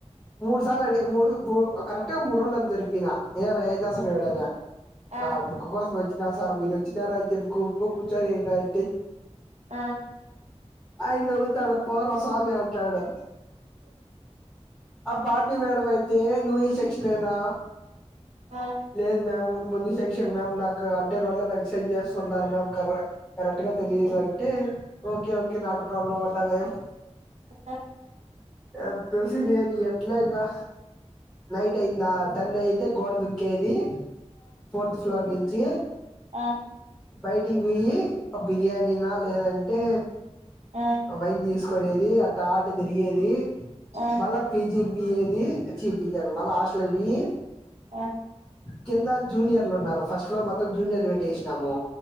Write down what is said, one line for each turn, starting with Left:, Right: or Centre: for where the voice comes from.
Centre: మూడు సార్లు అడి మూడు మూడు కరెక్ట్ గా మూడు రోజలకు దొరికిన ఏరా ఏంచేస్తావీడాన సార్
Right: ఆ
Centre: బుక్కు కోసం వచ్చినా సార్ మీరు వచ్చినారంజెప్పి గుమ్ముగూర్చొని ఇంటాంటే
Right: ఆ
Centre: ఆయన నొర్రుతండు పోరా సామీ అంటాడు ఆ బాట్నీ మేడం అయితే నువ్వూ ఈ సెక్షనేనా
Right: ఆ
Centre: లేదు మ్యామ్ ముందు సెక్షన్ మ్యామ్ నాకు అంటే రోల్ నెంబర్ ఎక్స్చేంజ్ చేస్తున్నారు మ్యామ్ కర కరెక్ట్ గా తెలియదు అంటే ఓకే ఓకే నాటు ప్రాబ్లమంటాదఎం
Right: ఒకె
Centre: పెద్ద సీన్యార్ ఎట్లింగా నైట్ అయిందా టెన్ అయితే గోడ దుంకేది ఫోర్త్ ఫ్లోర్ నించి
Right: ఆ
Centre: బయటికి పోయి ఒ బిర్యానీనా లేదంటే
Right: ఆ
Centre: వైన్ తీస్కొ కొనేది అట్ట ఆట తిరిగేది
Right: ఆ ఆ
Centre: మళ్ళ పీజీ వియ్యేవీ <unintelligible> మళ్ళ హాస్టల్ ఎల్లి
Right: ఆ
Centre: కింద జూనియర్లున్నారు ఫస్ట్ లో మొత్తం జూనియర్లు పెట్టేశ్నము